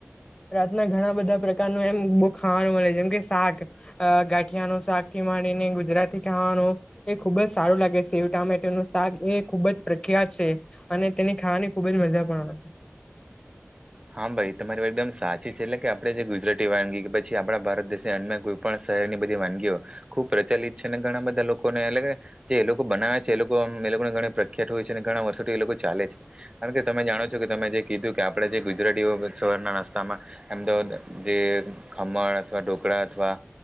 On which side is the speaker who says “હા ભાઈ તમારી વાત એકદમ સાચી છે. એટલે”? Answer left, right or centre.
Right